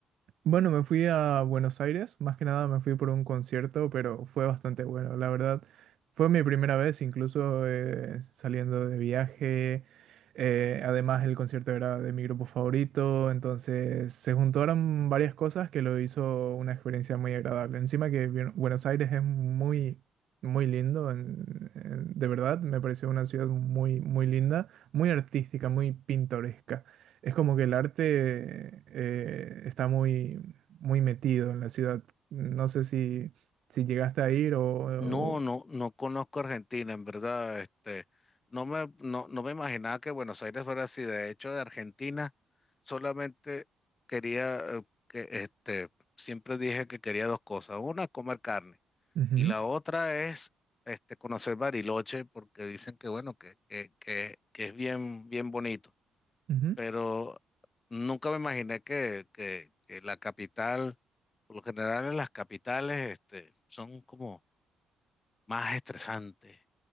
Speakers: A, on the right; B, on the left.
A: Bueno, me fui a Buenos Aires, más que nada me fui por un concierto, pero fue bastante bueno, la verdad. Fue mi primera vez incluso eh, saliendo de viaje. Eh, además, el concierto era de mi grupo favorito, entonces se juntaron varias cosas que lo hizo una experiencia muy agradable. Encima que Bien- Buenos Aires es muy, muy lindo, en- en- de verdad, me pareció una ciudad muy, muy linda, muy artística, muy pintoresca. Es como que el arte eh, está muy, muy metido en la ciudad. No sé si, si llegaste a ir o...
B: No,
A: o-
B: no, no conozco Argentina, en verdad. Este, no me, no, no me imaginaba que Buenos Aires fuera así. De hecho, de Argentina solamente quería, eh, que, este, siempre dije que quería dos cosas. Una, comer carne.
A: Ujú,
B: Y la otra es, este, conocer Bariloche, porque dicen que, bueno, que, que, que, que es bien, bien bonito.
A: ujú,
B: pero nunca me imaginé que, que, que la capital, por lo general en las capitales, este, son como más estresantes,